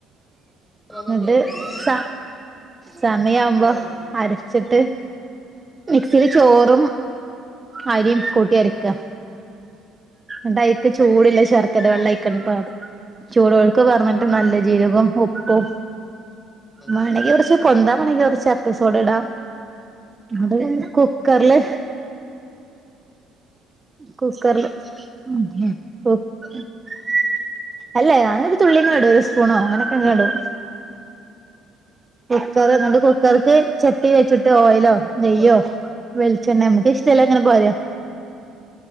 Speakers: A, on the left; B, on the right.
A: ഞാനൊന്നും
B: ന്നിട്ടു,
A: കേട്ടില്ല
B: സ... സമയമാകുമ്പോ
A: ആ
B: അരച്ചിട്ട് മിക്സിൽ ചോറും അരിയും കൂട്ടിയരക്കുക ന്നിട്ട് ചൂടുല്ല ശർക്കര വെള്ളം
A: ഉം
B: ആയിക്ന് പാര ചോടോടക്കെ പറഞ്ഞിട്ടു നല്ല ജീരകവും, ഉപ്പും
A: ഉം
B: മാണെങ്കി കുറച്ച് പൊന്തൻ മണങ്കി കുറച്ചു അപ്പസോഡായിടാം. അതുപിന്നെ കുക്കറില് കുക്കറില്, ഉം.. ഉം.. ഉം <unintelligible> അല്ലേ, അങ്ങനെയൊരു തുള്ളിയെങ്ങാണ്ടോ ഒരു സ്പൂണോ അങ്ങനെയൊക്കെയെങ്ങാണ്ടോ കുക്കർഎന്നിട്ട് കുക്കർക്ക് ചട്ടിവെച്ചിട്ടോയിലോ
A: കുടുംബ
B: നെയ്യോ വെളിച്ചെണ്ണയിൽ മുക്കി ഇഷ്ടമില്ലായിങ്ങനെ പോയാ